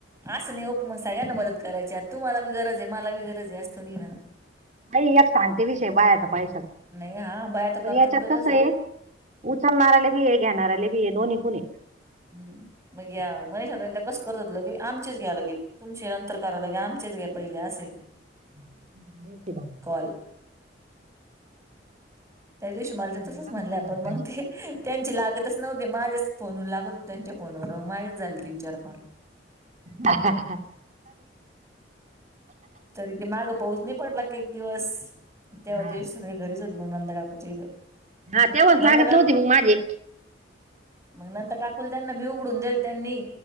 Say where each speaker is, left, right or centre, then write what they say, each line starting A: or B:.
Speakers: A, on the right; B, on the right.
A: असं नाही उप सगळ्या ना मदत करायची आता तूम्हाला गरज आहे मला भी गरज आहे आज थोडी ना
B: नाही एक शांत विषय बाहेर घ्या पैशाच
A: नाही हा बाया तर करतात
B: पण याच्यात
A: बाई
B: कस
A: तसं
B: आहे उचलणारले बी हे घेणार आ बी आहे दोन्ही तून हे
A: हम्म मग या मनीषा ताई त्या कसं करत हो ल की आमचेच घ्या लगे तुमचे नंतर करायला के आमचेच घ्या पहिले असे
B: क ब
A: कॉल त्या दिवशी
B: आमचं
A: मला ते तसंच म्हणले
B: झालं
A: आपण
B: पाहिजे
A: मग ते त्यांचे लागतच नव्हते माझेच फोनवर लागत होते त्यांच्या फोनवर माझेच झाले तीन चार कॉल
B: ह
A: तरी ते मागं पाऊस नाही पडला की एक दिवस तेव्हा
B: हा
A: ते सगळे घरीच होती म नंदा काकू च्या इथं
B: हा तेव्हाच
A: नंदा
B: लागत
A: काकू
B: नव्हती मग माझे
A: मग नंतर काकू त्यांना मी उघडून देल त्यांनी